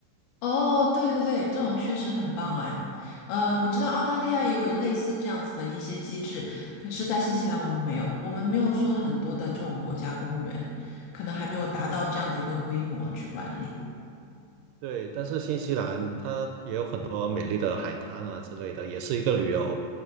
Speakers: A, on the left; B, on the right.
A: 哦，对对对，这种确实很棒哎。呃，我知道澳大利亚也有类似这样子的一些机制，可是，在新西兰我们没有，我们没有说很多的这种国家公园，可能还没有达到这样的一个规模去管理。
B: 对，但是新西兰它也有很多美丽的海滩啊之类的，也是一个旅游